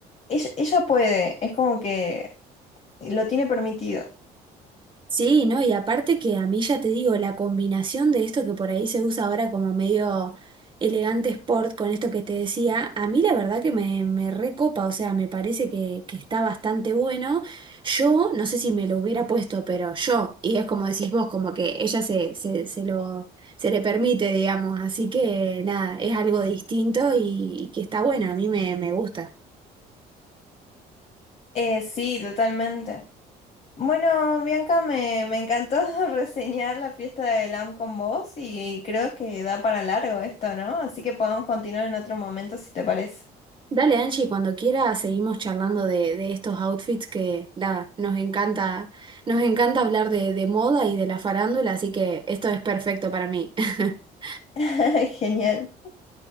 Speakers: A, on the left; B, on the right.
A: ella, ella puede. Es como que lo tiene permitido.
B: Sí, ¿no? Y aparte que a mí ya te digo, la combinación de esto que por ahí se usa ahora como medio elegante sport con esto que te decía, a mí la verdad que me, me recopa, o sea, me parece que, que está bastante bueno. Yo, no sé si me lo hubiera puesto, pero yo, y es como decís vos, como que ella se, se, se lo, se le permite, digamos, así que nada, es algo distinto y, y que está bueno, a mí me, me gusta.
A: Eh, sí, totalmente. Bueno, Bianca, me, me encantó <laughs> reseñar la fiesta de LAM con vos y creo que da para largo esto, ¿no? Así que podemos continuar en otro momento si te parece.
B: Dale, Angie, cuando quiera seguimos charlando de, de estos outfits que nada, nos encanta, nos encanta hablar de, de moda y de la farándula, así que esto es perfecto para mí. <laughs>
A: <laughs> Genial.